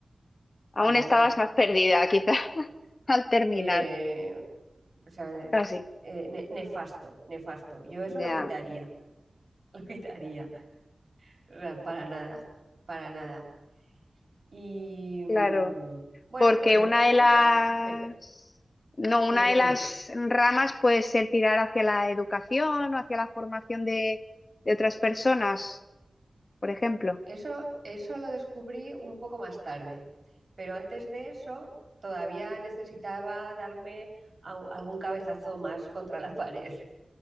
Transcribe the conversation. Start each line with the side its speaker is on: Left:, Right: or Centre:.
Right: para
Left: Aún estabas
Right: nada.
Left: más perdida, quizás, <laughs> al terminar,
Right: Eh, o sea,
Left: casi.
Right: eh, ne- nefasto, nefasto. Yo eso
Left: Ya,
Right: lo quitaría, <laughs> lo quitaría, O sea, para nada, para nada. Y mm,
Left: claro.
Right: bueno,
Left: porque
Right: pues después
Left: una
Right: de
Left: de las,
Right: eso, dime,
Left: no,
Right: dime,
Left: una de
Right: dime.
Left: las ramas puede ser tirar hacia la educación o hacia la formación de, de otras personas, por ejemplo.
Right: Eso, eso lo descubrí un poco más tarde. pero antes de eso todavía necesitaba darme a- algún cabezazo más contra la <laughs> pared.